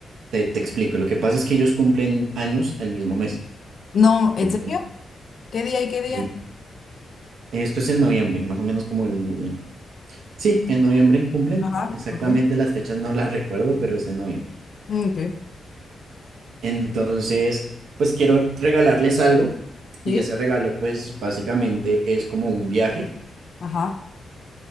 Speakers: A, on the right; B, on the left.
A: Te, te explico, lo que pasa es que ellos cumplen años el mismo mes.
B: No, ¿en
A: Cumplen.
B: serio? ¿Qué día y qué día?
A: Y esto es en noviembre, más o menos como el... Sí, en noviembre cumplen.
B: Ajá,
A: Exactamente
B: ok.
A: las fechas no las recuerdo, pero es en noviembre.
B: Mm, ok.
A: Entonces, pues quiero regalarles algo
B: Sí,
A: y ese regalo, pues básicamente es como un viaje.
B: ajá.